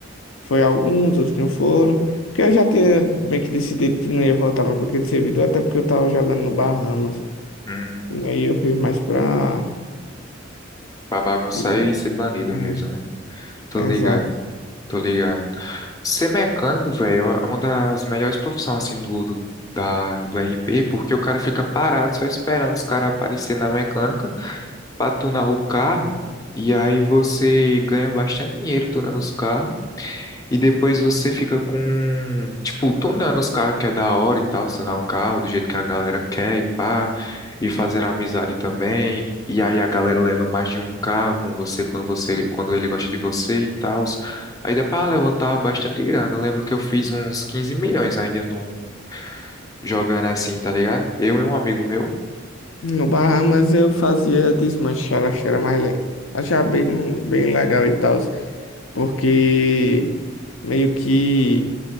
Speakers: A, on the left (about 80°); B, on the left (about 20°).
A: Foi alguns, outros não foram. Porque eu já tinha bem que decidido que não ia voltar mais para aquele servidor, até porque eu tava jogando no Bahamas.
B: Hum,
A: E aí eu fiz mais pra.
B: pra bagunçar
A: meu-
B: e ser banido
A: É,
B: mesmo, né? Tô
A: exato.
B: ligado, tô ligado. Ser mecânico, velho, é uma das melhores profissões assim do, do, da, do RP, porque o cara fica parado só esperando os caras aparecerem na mecânica. pra tunar o carro e aí você ganha bastante dinheiro tunando os carros e depois você fica com, tipo, tunando os carros que é da hora e tal, tunar o carro do jeito que a galera quer e pá, e fazer amizade também. E aí a galera leva mais de um carro com você quando você, quando ele gosta de você e tal. Aí dá pra levantar bastante grana. Eu lembro que eu fiz uns 15 milhões ainda num jogando assim, tá ligado? Eu e um amigo meu.
A: No Bahamas eu fazia desmanchar, acho que era mais. le- Achava bem, bem legal e tal, porque meio que